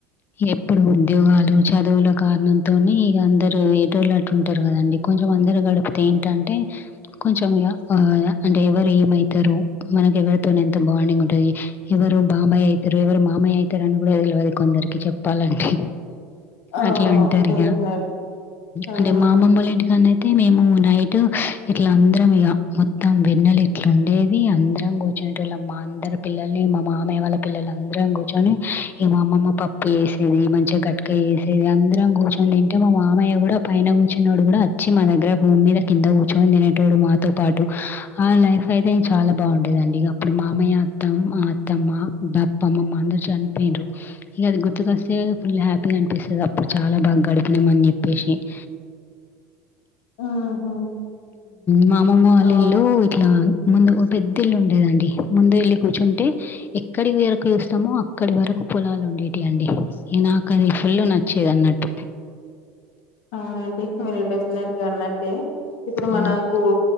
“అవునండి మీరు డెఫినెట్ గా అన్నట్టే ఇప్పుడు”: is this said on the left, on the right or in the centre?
Left